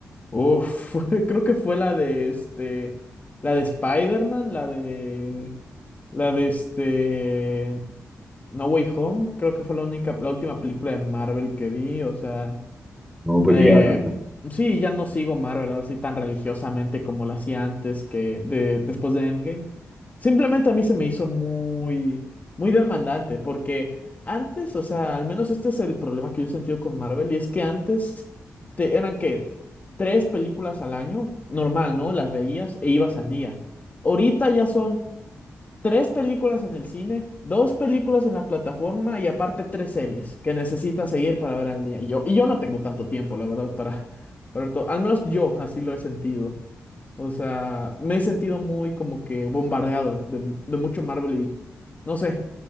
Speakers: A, on the left; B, in the centre.
A: Uf, <laughs> creo que fue la de este, la de Spider-Man, la de, la de este, No Way Home, creo que fue la única, la última película de Marvel que vi, o sea,
B: No, pues
A: eh,
B: lleva rato.
A: sí, ya no sigo Marvel ahora sí tan religiosamente como lo hacía antes que de, después de Endgame. Simplemente a mí se me hizo muy, muy demandante porque antes, o sea, al menos este es el problema que yo he sentido con Marvel y es que antes te, eran que tres películas al año, normal, ¿no? Las veías e ibas al día. Ahorita ya son tres películas en el cine, dos películas en la plataforma y aparte tres series que necesitas seguir para ver al día. Y yo, y yo no tengo tanto tiempo, la verdad, para, para ver todo. Al menos yo así lo he sentido. O sea, me he sentido muy como que bombardeado de, de mucho Marvel y no sé,